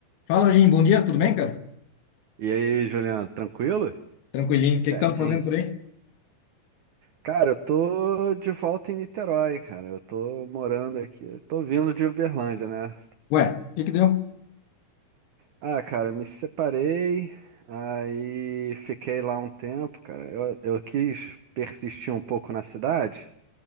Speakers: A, on the left (about 70°); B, on the right (about 80°).
A: Fala, Jim. Bom dia, tudo bem, cara?
B: E aí, Juliano, tranquilo?
A: Tranquilinho. O que
B: Certinho.
A: que tá fazendo por aí?
B: Cara, eu tô de volta em Niterói, cara. Eu tô morando aqui. Eu tô vindo de Uberlândia, né?
A: Ué, o que que deu?
B: Ah, cara, me separei, aí fiquei lá um tempo, cara. Eu, eu quis persistir um pouco na cidade,